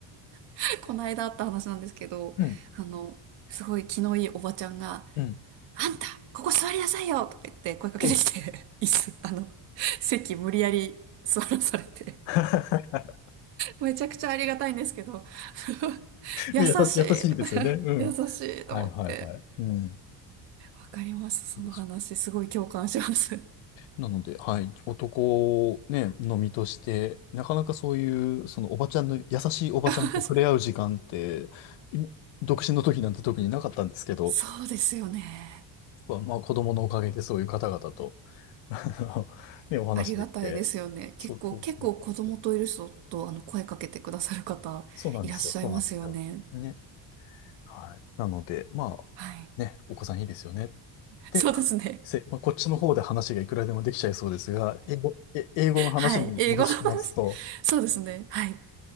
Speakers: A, on the right; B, on the left.
A: <laughs> この間あった話なんですけど、
B: うん、
A: あの、すごい気のいいおばちゃんが、
B: うん。
A: あんた、ここ座りなさいよとか言って声かけてきて、
B: うん。
A: <laughs> 椅子、あの、席無理やり座らされて、
B: <laughs>
A: めちゃくちゃありがたいんですけど、<laughs> 優しい、
B: 優し、優しいですよね。うん。
A: 優しいと思って。
B: はいはいはい。うん。
A: わかります、その話。
B: いいですよ
A: すごい共感します。
B: なので、はい、男ね、のみとして、なかなかそういう、そのおばちゃんの、優しいおばちゃんと触れ合う時間って、
A: <laughs>
B: い独身の時なんて特になかったんですけど、
A: そうですよね。
B: まあ、まあ子供のおかげでそういう方々と、<laughs> あのね、お話できて、
A: ありがたいですよね。結構、
B: そうそうそうそう。
A: 結構子供といる人と、あの、声かけてくださる方、
B: そうなんですよ、
A: いらっしゃいますよね。
B: そうなんですよ。ね。はい。なので、まあ、
A: はい。
B: ね、お子さんいいですよねで
A: そうですね。
B: せ、まあ、こっちの方で話がいくらでもできちゃいそうですが、英語、え、英語の話に戻しますと、
A: はい。英語の話。そうですね。はい。